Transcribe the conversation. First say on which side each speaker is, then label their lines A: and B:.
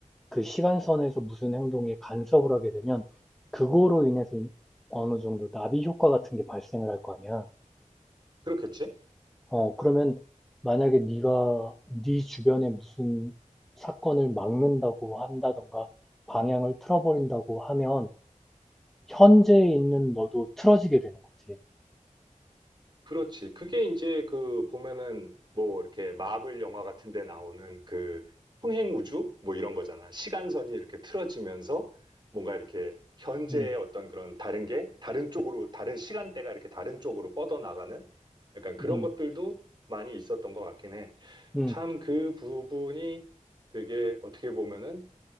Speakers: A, in the centre; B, on the right.
A: 그 시간선에서 무슨 행동에 간섭을 하게 되면 그거로 인해서 어느 정도 나비 효과 같은 게 발생을 할 거 아니야.
B: 그렇겠지?
A: 어, 그러면 만약에 네가 네 주변에 무슨 사건을 막는다고 한다던가 방향을 틀어버린다고 하면 현재에 있는 너도 틀어지게 되는 거지.
B: 그렇지. 그게 이제 그 보면은 뭐 이렇게 마블 영화 같은 데 나오는 그 평행 우주? 뭐 이런 거잖아. 시간선이 이렇게 틀어지면서 뭔가 이렇게 현재의
A: 응,
B: 어떤 그런 다른 게 다른 쪽으로, 다른 시간대가 이렇게 다른 쪽으로 뻗어나가는 약간 그런
A: 응,
B: 것들도 많이 있었던 것 같긴 해.
A: 응,
B: 참 그 부분이 되게 어떻게 보면은